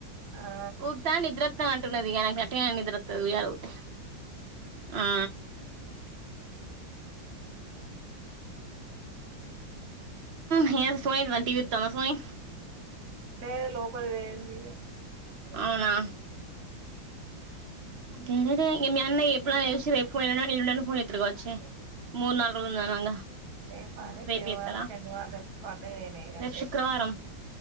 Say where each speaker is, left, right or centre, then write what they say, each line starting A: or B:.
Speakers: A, on the right (about 75°); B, on the right (about 35°).
A: ఆ
B: ఊతా నిద్రతా అంటున్నదికు నట్ట నిద్రగుతే ఆ హ ఏ ఫోనీ టీవ ఇతా ఫోనీ
A: న లోలి వేందిగా
B: అవునా తె మ ఎప్పు ఎప్పుళ్ ఎమో ఇప్పుడు వచ్చి మూడు నాలగురోజులు ఉందనంగా
A: లేపా
B: రేపు
A: తేవాలె
B: చేత్తడా
A: శనివారం పండుగనేే ఇగా
B: రేపు శుక్రవారం